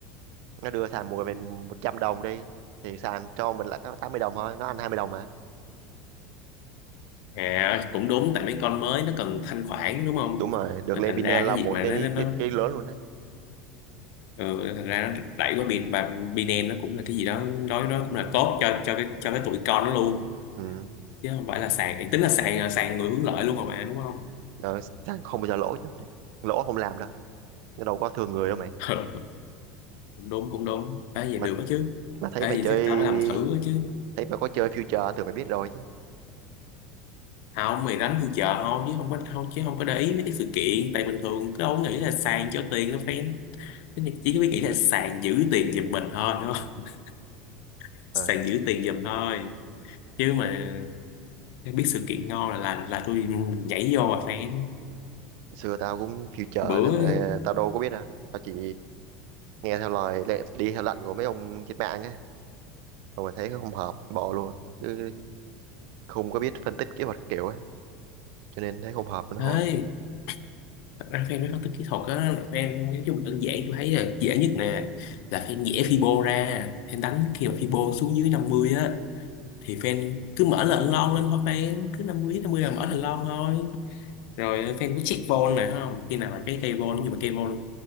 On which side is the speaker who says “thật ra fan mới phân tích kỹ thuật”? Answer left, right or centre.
Left